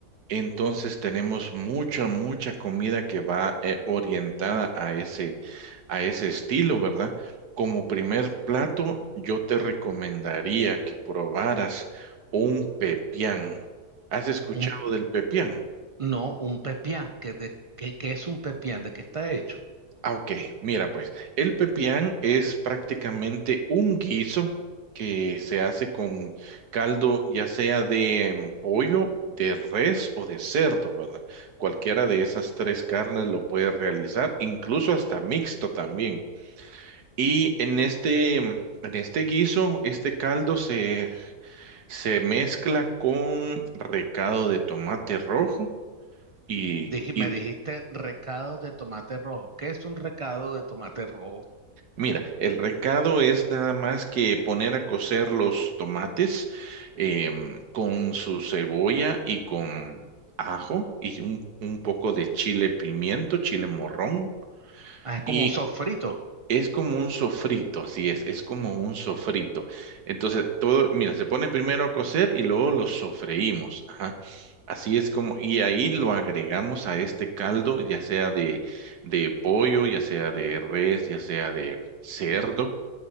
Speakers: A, on the right (about 80°); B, on the right (about 60°).
A: Entonces tenemos mucha, mucha comida que va eh, orientada a ese, a ese estilo, ¿verdad? Como primer plato, yo te recomendaría que probaras un pepián. ¿Has escuchado
B: Un-
A: del pepián?
B: no, un pepián. ¿Qué, de, qué- qué es un pepián? ¿De qué está hecho?
A: Ah, ok. Mira, pues, el pepián es prácticamente un guiso que se hace con caldo, ya sea de mm, pollo, de res o de cerdo, ¿verdad? Cualquiera de esas tres carnes lo puedes realizar, incluso hasta mixto también. Y en este, mm, en este guiso, este caldo se, se mezcla con recado de tomate rojo y,
B: Dije-
A: y
B: me dijiste recado de tomate rojo. ¿Qué es un recado de tomate rojo?
A: Mira, el recado es nada más que poner a cocer los tomates em, con su cebolla y con ajo y un, un poco de chile pimiento, chile morrón.
B: Ah, es como
A: Y
B: un sofrito.
A: es como un sofrito, así es, es como un sofrito. Entonces, todo, mira, se pone primero a cocer y luego lo sofreímos. Ajá. Así es como, y ahí lo agregamos a este caldo, ya sea de, de pollo, ya sea de res, ya sea de cerdo.